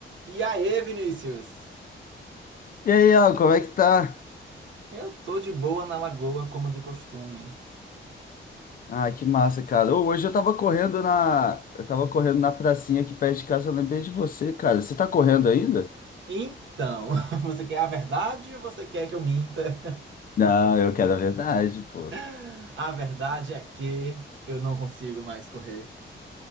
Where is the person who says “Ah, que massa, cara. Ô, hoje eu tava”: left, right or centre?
Left